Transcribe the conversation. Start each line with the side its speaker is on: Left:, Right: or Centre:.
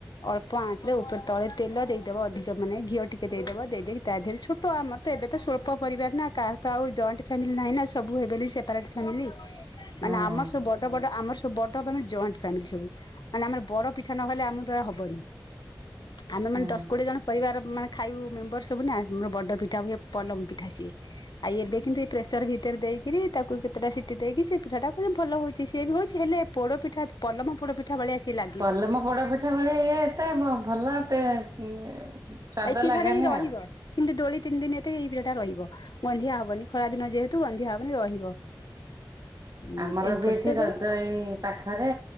Left: ଅଳ୍ପ ଆଞ୍ଚରେ ଉପରେ ତଳେ ତେଲ ଦେଇଦବ ଅଧିକ ଦେବନି ଘିଅ ଟିକେ ଦେଇଦବ ଦେଇକି ତା ଦେହରେ ଛୋଟ ଆମର ତ ଏବେ ତ ସ୍ୱଳ୍ପ ପରିବାର ନା କାହା ତ ଆଉ ଜଏଣ୍ଟ ଫ୍ୟାମିଲି ନାହିଁ ନା ସବୁ ହେବେ ସେପାରେଟ ଫ୍ୟାମିଲି।
Right: ହୁଁ
Left: ମାନେ ଆମର ସବୁ ବଡ ବଡ ଆମର ସବୁ ବଡ ଜଏଣ୍ଟ ଫ୍ୟାମିଲି ସବୁ ମାନେ ଆମର ପୋଡପିଠା ନହେଲେ ଆମ ଦ୍ୱାରା ହବନି। ଆମେ ମାନେ
Right: ହୁଁ।
Left: ଦଶ କୋଡିଏ ଜଣ ପରିବାର ମାନେ ଖାଇବୁ ମେମ୍ବର ସବୁ ନା ଆମର ବଡ ପିଠା ହୁଏ। ପଲମ ପିଠା ସିଏ ଆଇ ଏବେ କିନ୍ତୁ ଏ ପ୍ରେସର ଭିତରେ ଦେଇିକି କିରି ତାକୁ କେତେଟା ସିଟି ଦେଇକି ସେ ପିଠାଟା ପୁଣି ଭଲ ହଉଛି ସିଏ ବି ହଉଛି ହେଲେ ପୋଡ ପିଠା ପଲମ ପୋଡ ପିଠା ପିଠା ଭଳିଆ ସେ ଲା
Right: ପଲମ ପୋଡା ପିଠା ଭଳିଆ ଇଏ ଏତେ ଭଲ ଏତେ ଟେ ସ୍ଵାଦ
Left: ଏଇ ପିଠା
Right: ଲାଗେନି
Left: ଟା ହିଁ ରହିବ
Right: ଆଉ।
Left: କିନ୍ତୁ ଦୋଳି ତିନି ଦିନି ଏତକ ଏଇ ରହିବ ଗନ୍ଧିଆ ହବନି ଖରା ଦିନ ଯେହେତୁ କିନ୍ତୁ ଗନ୍ଧିଆ ହବନି ରହିବ। ହୁଁ
Right: ଆମର
Left: ଏଇପଟେ
Right: ବି ଏଠି
Left: ତ
Right: ରଜ
Left: ଦୋଳ
Right: ଏଇ ପାଖ ପାଖରେ